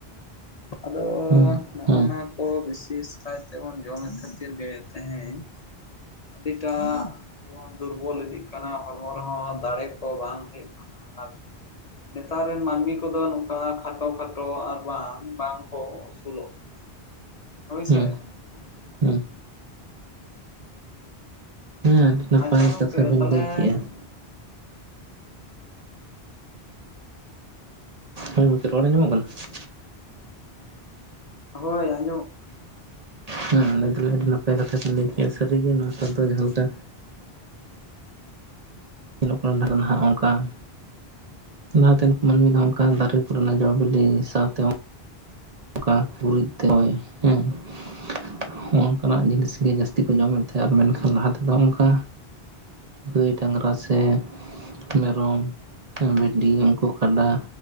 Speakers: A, on the left; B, on the right.
A: ᱟᱫᱚᱻ
B: ᱦᱮᱸ
A: ᱱᱚᱜ
B: ᱦᱮᱸ
A: ᱱᱚᱣᱟ ᱠᱚ ᱵᱤᱥᱮᱥ ᱠᱟᱭ ᱛᱮ ᱵᱚᱱ ᱡᱚᱢᱮᱫ ᱠᱷᱟᱛᱤᱨ ᱜᱮ ᱛᱮᱦᱮᱧ, <unintelligible> ᱟᱰᱤ ᱴᱟᱜᱻ ᱵᱚᱱ ᱫᱩᱨᱵᱚᱞ ᱤᱫᱤᱜ ᱠᱟᱱᱟ ᱦᱚᱲᱢᱚ ᱨᱮᱦᱚ ᱫᱟᱲᱮ ᱠᱚ ᱵᱟᱝ ᱦᱩᱭᱩᱜ ᱠᱟᱱᱟ, ᱟᱨ ᱱᱮᱛᱟᱨ ᱨᱮᱱ ᱢᱟᱱᱢᱤ ᱠᱚ ᱫᱚ ᱱᱚᱝᱠᱟ ᱠᱷᱟᱴᱚ ᱠᱷᱟᱴᱚ, ᱟᱨ ᱵᱟᱝ ᱵᱟᱝ ᱠᱚ ᱩᱥᱩᱞᱚᱜ ᱠᱟᱱᱟ ᱦᱳᱭ
B: ᱦᱮᱸ
A: ᱥᱮ ᱾
B: ᱦᱮᱸ ᱟᱰᱤ ᱱᱟᱯᱟᱭ
A: ᱟᱪᱪᱷᱟ ᱜᱚᱝᱠᱮ
B: ᱠᱟᱛᱷᱟ ᱵᱤᱱ
A: ᱛᱟᱦᱚᱞᱮ
B: ᱞᱟᱹᱭ ᱠᱮᱫᱼᱟ ᱾ ᱦᱳᱭ ᱜᱚᱢᱠᱮ ᱨᱚᱲ ᱧᱟᱢᱚᱜ ᱠᱟᱱᱟ ᱾
A: ᱦᱳᱭ ᱟᱡᱚᱢᱚᱜ
B: ᱦᱮᱸ <unintelligible> ᱟᱰᱤ ᱱᱟᱯᱟᱭ ᱠᱟᱛᱷᱟ ᱵᱮᱱ ᱞᱟᱹᱭ ᱠᱮᱫᱮᱜᱼᱟ ᱥᱟᱹᱨᱤ ᱜᱮ ᱱᱮᱛᱟᱨ ᱫᱚ ᱡᱟᱦᱟ ᱞᱮᱠᱟ, ᱧᱮᱞᱚᱜ ᱠᱟᱱᱟ ᱱᱟᱦᱟᱜ ᱚᱝᱠᱟ, - ᱞᱟᱦᱟᱛᱮᱱ ᱢᱟᱱᱢᱤ ᱫᱚ ᱚᱱᱠᱟ ᱫᱟᱨᱮ ᱠᱚ ᱨᱮᱱᱟᱜ ᱡᱚ ᱵᱤᱞᱤ, ᱥᱟᱶᱛᱮ ᱚᱱᱠᱟ ᱜᱩᱨᱤᱡᱽ ᱛᱮ ᱦᱚᱭ ᱦᱮᱸ ᱾ <inaudible> ᱱᱚᱝᱠᱟᱱᱟᱜ ᱡᱤᱱᱤᱥ ᱜᱮ ᱡᱟᱥᱛᱤ ᱠᱚ ᱡᱚᱢᱮᱫ ᱛᱟᱦᱮᱫ ᱟᱫ ᱢᱮᱱᱠᱷᱟᱱ, ᱞᱟᱦᱟ ᱛᱮ ᱫᱚ ᱚᱱᱠᱟ ᱜᱟᱹᱭ ᱰᱟᱝᱨᱟ ᱥᱮ, ᱢᱮᱨᱚᱢ ᱵᱷᱤᱰᱤ ᱩᱱᱠᱩ ᱠᱟᱰᱟ